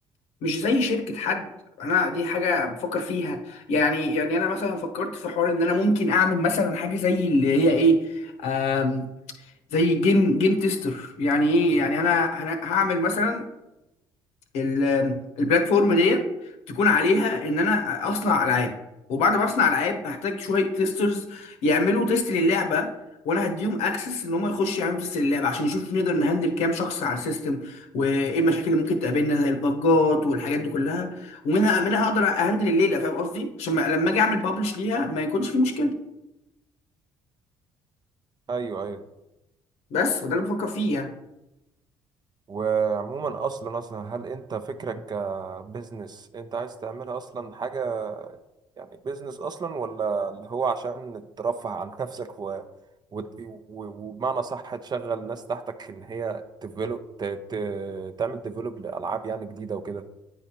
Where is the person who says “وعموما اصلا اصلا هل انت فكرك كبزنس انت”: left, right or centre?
Right